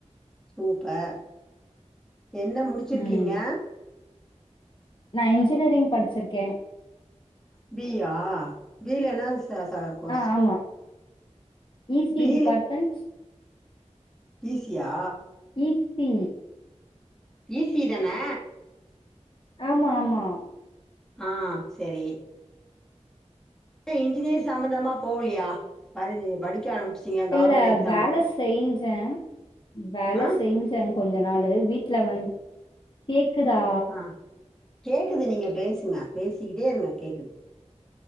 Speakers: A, in the centre; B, on the left.
A: சூப்பர் என்ன முடிச்சிருக்கீங்க
B: ம் நா இன்ஜினியரிங் படிச்சிருக்கே
A: பீ இ யா பீ இல என்ன ச ச கோர்ஸ்
B: ஆ ஆமா இ சி
A: பி
B: டிபார்ட்மெண்ட்
A: இ சியா
B: ஈசி
A: இ சிதானே
B: ஆமா ஆமா
A: ஆ சரி இன்ஜினியரிங் சம்பமந்தமா போலையா படிக்க ஆரம்பிச்சிட்டிங்க கவர்மெண்ட்
B: இல்ல
A: எக்ஸாமுக்கு
B: வேல செஞ்சே வேல
A: ஆ
B: செஞ்சே கொஞ்ச நாளு வீட்டுல வந்து கேக்குதா
A: ஆ கேக்குது நீங்க பேசுங்க பேசிக்கிட்டே இருங்க கேக்குது